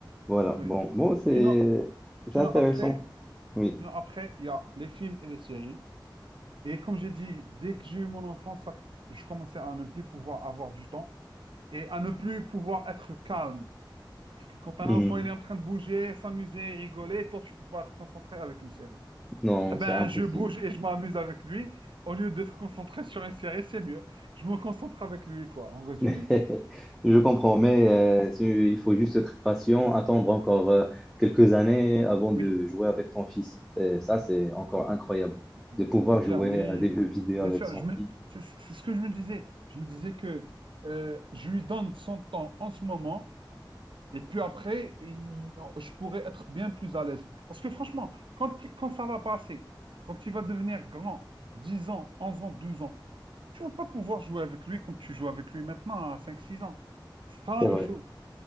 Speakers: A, in the centre; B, on the right.
A: Voilà,
B: Oui.
A: bon, bon, c'est
B: Sinon,
A: c'est
B: sinon
A: intéressant.
B: après,
A: Oui.
B: sinon après, il y a les films et les séries. Et comme j'ai dit, dès que j'ai eu mon enfance, ça- je commençais à ne plus pouvoir avoir du temps et à ne plus pouvoir être calme. Parce que quand un
A: Hmm.
B: enfant, il est en train de bouger, s'amuser, rigoler, toi, tu peux pas te concentrer avec une série.
A: Non,
B: Ah ben,
A: c'est impossible.
B: je bouge et je m'amuse avec lui. Au lieu d'être concentré sur une série, c'est mieux. Je me concentre avec lui, quoi, en résumé.
A: <laughs> Je comprends, mais euh, c'est- il faut juste être patient, attendre encore euh, quelques années avant de
B: Oui,
A: jouer avec ton fils. C'est- Ça, c'est
B: c'est clair,
A: encore incroyable
B: c'est clair.
A: de pouvoir
B: C'est
A: jouer
B: clair, oui.
A: à des jeux vidéo
B: Bien
A: avec
B: sûr,
A: son
B: je me...
A: fils.
B: c'est c'est ce que je me disais. Je me disais que euh, je lui donne son temps en ce moment Et puis après, il- je pourrais être bien plus à l'aise. Parce que franchement, quand, il- quand ça va passer, quand il va devenir grand, 10 ans, 11 ans, 12 ans, tu vas pas pouvoir jouer avec lui comme tu joues avec lui maintenant à cinq six ans. C'est pas
A: C'est
B: la même
A: vrai,
B: chose.